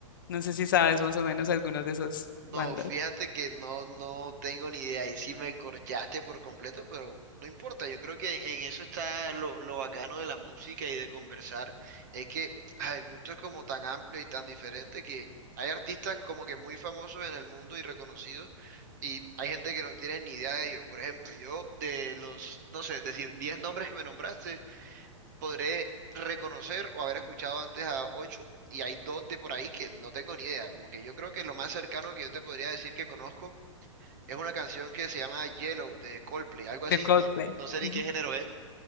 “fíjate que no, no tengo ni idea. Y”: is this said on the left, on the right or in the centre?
Right